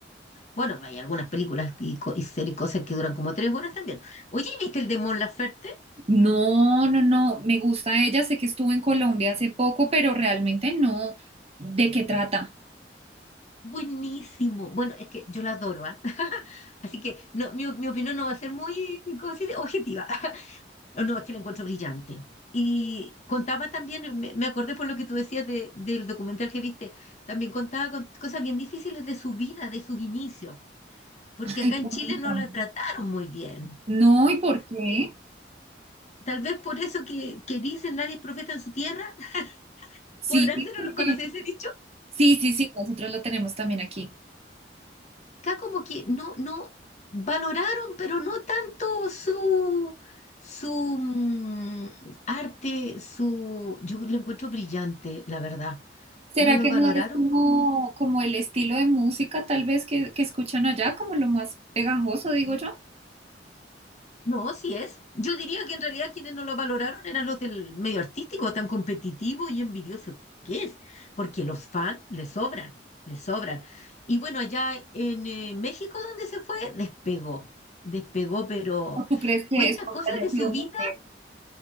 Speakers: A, on the left (about 40°); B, on the right (about 35°).
A: Bueno, hay algunas películas y, co- y series, cosas que duran como tres horas también. Oye, ¿viste el de Mon Laferte?
B: No, no, no, me gusta ella, sé que estuvo en Colombia hace poco, pero realmente no. ¿De qué trata?
A: Buenísimo. Bueno, es que yo la adoro, ¿ah? <laughs> Así que no, mi, mi opinión no va a ser muy, ¿cómo se dice? Objetiva. <laughs> No, no, es que la encuentro brillante. Y contaba también, me, me acordé por lo que tú decías de- del documental que viste, también contaba con cosas bien difíciles de su vida, de sus inicios, porque
B: Ay,
A: acá en
B: cuéntame.
A: Chile no la trataron muy bien.
B: No, ¿y por qué?
A: Eh, Tal vez por eso que, que dicen nadie es profeta en su tierra, <laughs>
B: Sí,
A: ¿podrá ser
B: porque
A: o no- conocer ese dicho?
B: sí, sí, sí, nosotros lo tenemos también aquí.
A: acá como que no, no valoraron, pero no tanto su, su mm, arte, su, yo lo encuentro brillante, la verdad.
B: ¿Será
A: No lo
B: que
A: valoraron
B: no es como,
A: como,
B: como el estilo de música tal vez que, que escuchan allá, como lo más pegajoso, digo yo?
A: no, sí es. Yo diría que en realidad quienes no lo valoraron eran los del medio artístico, tan competitivo y envidioso que es, porque los fans le sobran, le sobran. Y bueno, allá en eh, México, donde se fue, despegó, despegó, pero
B: ¿O tú crees que
A: cuenta
B: es porque
A: cosas
B: haya
A: de
B: sido
A: su
B: mujer?
A: vida